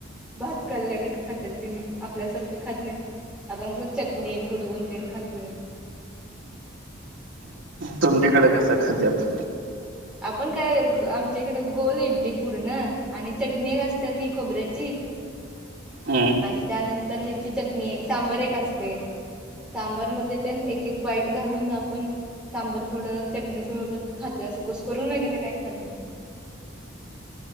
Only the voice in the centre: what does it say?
भात खाल्ल्यागत खात्यात तनी, आपल्यासारखं खात नाहीत. आपण कसं चटणीत बुडवूनतेण खातोय
आपण काय आमच्याकडं गोल इडली पूर्ण,, आणि चटणी असत्या ती खोबऱ्याची ह <inaudible>
आणि त्यानंतर ह्याची चटणी, सांबर एक असतय. सांबर मध्ये तेन एक एक बाईट घालून आपण सांबर थोडं चटणी सोबत खातोय, असं कुस करून वगैरे काय खात नाही.